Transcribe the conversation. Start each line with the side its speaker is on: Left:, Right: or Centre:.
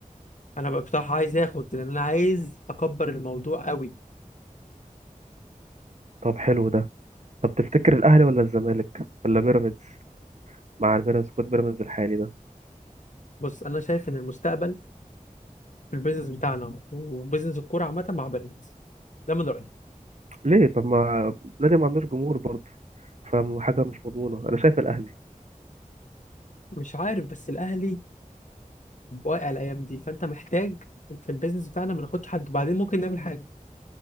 Left: انا بقى بصراحه عايز اخد لان انا عايز اكبر الموضوع قوي
Right: طب حلو ده طب تفتكر الاهلي ولا الزمالك ولا بيراميدز مع البيراميدز كود بيراميدز الحالي ده
Left: بص انا شايف ان المستقبل في البيزنس بتاعنا وبيزنس الكوره عامه مع بيراميدز ده من رايي
Right: ليه طب ما نادي ما عندوش جمهور برضه فحاجة مش مضمونة أنا شايف الأهلي
Left: مش عارف بس الاهلي واقع الايام دي فانت محتاج في البيزنس بتاعنا ما ناخدش حد بعدين ممكن نعمل حاجه